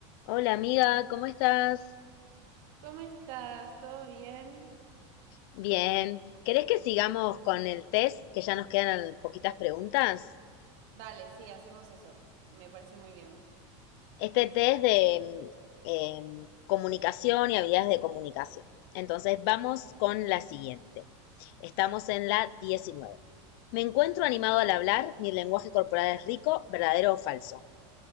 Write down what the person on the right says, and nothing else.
¿Cómo estás? ¿Todo bien?
Dale, sí, hacemos eso. Me parece muy bien.